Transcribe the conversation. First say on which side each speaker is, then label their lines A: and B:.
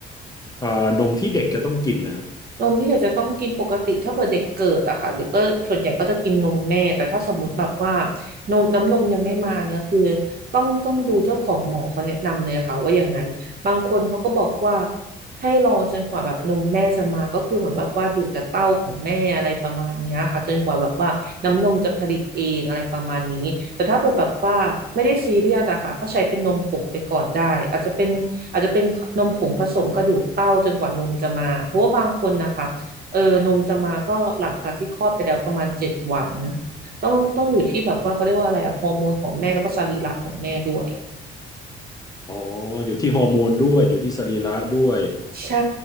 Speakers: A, on the left; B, on the right.
A: อ่านมที่เด็กจะต้องกินนะฮะ
B: นมที่เด็กจะต้องกินปกติถ้าเผื่อเด็กเกิดอะค่ะเด็กก็ส่วนใหญ่ก็จะกินนมแม่แต่ถ้าสมมุติแบบว่า
A: อม
B: นมน้ำนมยังไม่มาเนี่ยคือต้องต้องดูเจ้าของหมอเขาแนะนำเลยค่ะว่ายังไงบางคนเขาก็บอกว่าให้รอจนกว่าแบบนมแม่จะมาก็คือเหมือนแบบว่าดูดแต่เต้าของแม่อะไรประมาณเนี้ยค่ะจนกว่าแบบว่าน้ำนมจะผลิตเองอะไรประมาณนี้แต่ถ้าเผื่อแบบว่าไม่ได้ซีเรียสอะค่ะก็ใช้เป็นนมผงไปก่อนได้อาจจะเป็น อาจจะเป็นนมผงผสมกระดูกเต้าจนกว่านมจะมา เพราะว่าบางคนนะคะเออนมจะมาก็หลังจากที่คลอดไปแล้วประมาณเจ็ดวันต้องต้องอยู่ที่แบบว่าเขาเรียกว่าอะไรอะฮอร์โมนของแม่แล้วก็สรีระของแม่ด้วย
A: อ๋ออยู่ที่ฮอร์โมนด้วยอยู่ที่สรีระด้วย
B: ใช่